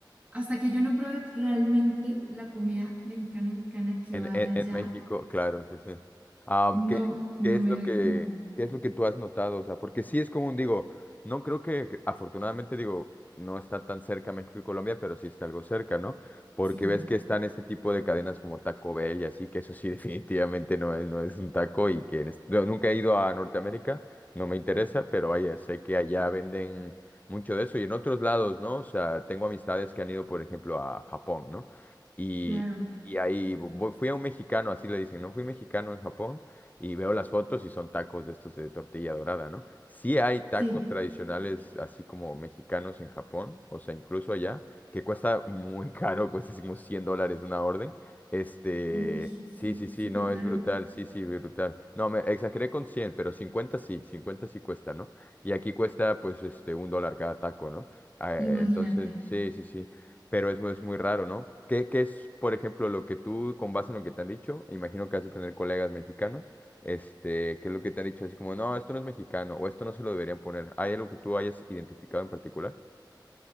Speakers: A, on the right; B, on the left.
A: hasta que yo no pruebe realmente la comida mexicana mexicana que
B: En,
A: vaya
B: en-
A: allá,
B: en México, claro, sí, sí. Am,
A: no,
B: ¿qué,
A: no
B: qué es
A: me
B: lo
A: doy
B: que,
A: como,
B: qué es lo que tú has notado? O sea, porque sí es común, digo, no creo que, afortunadamente, digo, no está tan cerca México y Colombia, pero sí está algo cerca, ¿no? Porque
A: sí,
B: ves que están este tipo de cadenas como Taco Bell y así, que eso sí <laughs> definitivamente no es, no es un taco y que en est- no, nunca he ido a Norteamérica, no me interesa, pero vaya, sé que allá venden mucho de eso y en otros lados, ¿no? O sea, tengo amistades que han ido, por ejemplo, a Japón, ¿no? y
A: claro.
B: y ahí vo- fui a un mexicano, así le dicen, ¿no? Fui mexicano en Japón y veo las fotos y son tacos de estos de tortilla dorada, ¿no? Sí hay tacos
A: Sí,
B: tradicionales así como mexicanos en Japón, o sea, incluso allá, que cuesta muy <laughs> caro, cuesta así como 100 dólares una orden. Este,
A: Uy, sí, su-
B: sí, sí, sí,
A: súper
B: no,
A: caro,
B: es brutal, sí, sí, brutal. No, me exageré con 100 pero 50 sí, 50 sí cuesta, ¿no? Y aquí cuesta pues este un dólar cada taco, ¿no? Ah,
A: imagínate.
B: entonces, sí, sí, sí. Pero eso es muy raro, ¿no? ¿Qué, qué es, por ejemplo, lo que tú, con base en lo que te han dicho, imagino que has de tener colegas mexicanos, este, qué es lo que te han dicho, así como, no, esto no es mexicano, o esto no se lo deberían poner. ¿Hay algo que tú hayas identificado en particular?